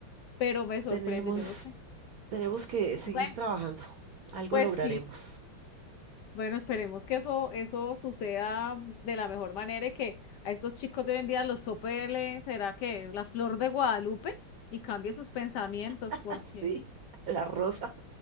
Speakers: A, on the left; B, on the right.
A: pero me sorprende,
B: tenemos,
A: yo no sé.
B: tenemos que seguir
A: Bueno,
B: trabajando, algo
A: pues
B: lograremos.
A: sí. Bueno, esperemos que eso, eso suceda de la mejor manera y que a estos chicos de hoy en día los sope le- será que la flor de Guadalupe y cambie sus pensamientos,
B: <laughs>
A: porque
B: Sí, la rosa.